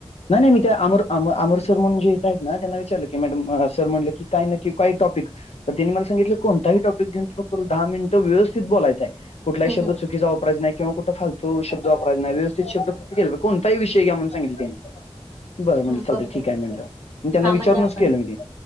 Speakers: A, on the left; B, on the left.
A: नाही नाही मी ते अमरम अमर सर म्हणून जे इथ आहेत ना, त्यांना विचारलं की मॅडम सर म्हटलं की काय नक्की काय टॉपिक तर त्यांनी मला सांगितलं, कोणताही टॉपिक घेऊन दहा मिनिटं व्यवस्थित बोलायचय. कुठलाही
B: हम्म
A: शब्द
B: हम्म
A: चुकीचा वापरायचा नाही किंवा फालतू शब्द वापरायचं नाही, व्यवस्थित कोणताही विषय घ्या म्हणुन सांगितलं त्यांनी. बरं म्हंटलं
B: हम्म
A: चालतय
B: बरोबर.
A: ठीक आहे म्हटलं, म त्यांना
B: हा म्हणजे
A: विचारूनच
B: आपण
A: केलं मी ते.